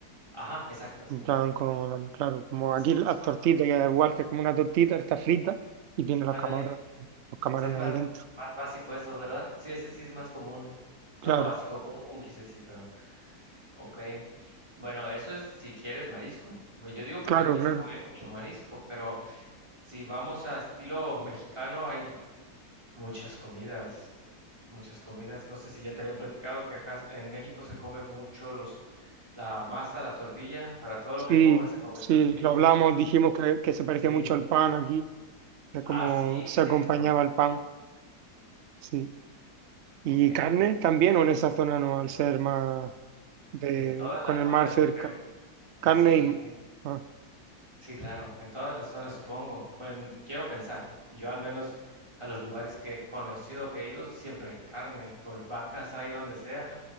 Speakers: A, on the right; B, on the right.
A: ajá, exacto, sí,
B: en plan con, claro, como
A: es,
B: aquí
A: es
B: las
A: más,
B: tortitas, que es igual que es como una tortita, está frita y tiene los
A: ándale,
B: camarones, los camarones
A: sí, es más,
B: ahí dentro.
A: más básico eso, ¿verdad? Sí, ese sí es más común,
B: Claro,
A: no, no básico, común quise decir, perdón. Ok, bueno, eso es si quieres marisco, Pues yo digo porque
B: claro,
A: aquí
B: claro.
A: se come mucho marisco, pero si vamos a estilo mexicano hay muchas comidas. muchas comidas. No sé si ya te había platicado que acá en México se come mucho los, la masa, la tortilla. Para todo
B: Sí,
A: lo que comas se come
B: sí,
A: tortilla.
B: lo hablamos, dijimos que, que se parecía
A: Sí.
B: mucho al pan aquí, que
A: Ah,
B: como
A: sí,
B: se
A: cierto.
B: acompañaba el pan, sí.
A: Ok.
B: ¿Y carne también o en esa zona no, al ser más de,
A: En todas
B: con
A: las
B: el
A: zonas,
B: mar cerca?
A: yo creo. Eh,
B: Carne
A: sí,
B: y...
A: sí,
B: Ah,
A: sí, claro. En todas las zonas, supongo. Bueno, quiero pensar. Yo al menos a los lugares que he conocido, que he ido, siempre hay carne. Pues vacas hay donde sea.